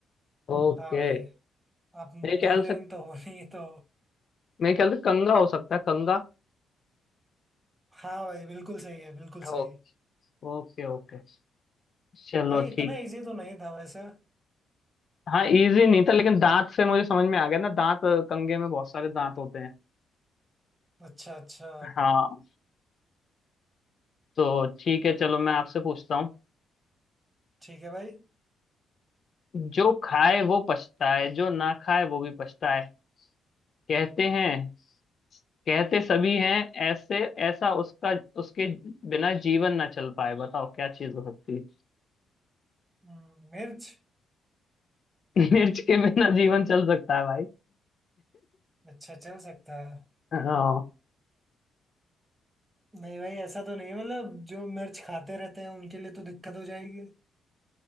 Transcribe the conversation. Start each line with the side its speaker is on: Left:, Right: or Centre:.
Left: ओके
Right: हाँ भाई आप नॉन
Left: मेरे ख्याल
Right: लिविंग
Left: से
Right: तो हो नहीं तो
Left: मेरे ख्याल से कंगा हो सकता है कंगा
Right: हाँ भाई बिल्कुल सही है बिल्कुल
Left: Okay
Right: सही
Left: okay okay चलो
Right: भाई इतना
Left: ठीक
Right: इजी तो नहीं था वैसे
Left: हाँ इजी नहीं था लेकिन दांत से मुझे समझ में आ गया ना दांत कंगे में बहुत सारे दांत होते हैं
Right: अच्छा अच्छा
Left: हाँ तो ठीक है चलो मैं आपसे पूछता हूँ
Right: ठीक है भाई
Left: जो खाए वो पछताए जो ना खाए वो भी पछताए कहते हैं कहते सभी हैं ऐसे ऐसा उसका उसके बिना जीवन ना चल पाए बताओ क्या चीज हो सकती है
Right: हम्म, मिर्च
Left: मिर्च के बिना जीवन चल सकता है भाई
Right: अच्छा चल सकता है
Left: हाँ
Right: नहीं भाई ऐसा तो नहीं है मतलब जो मिर्च खाते रहते हैं उनके लिए तो दिक्कत हो जाएगी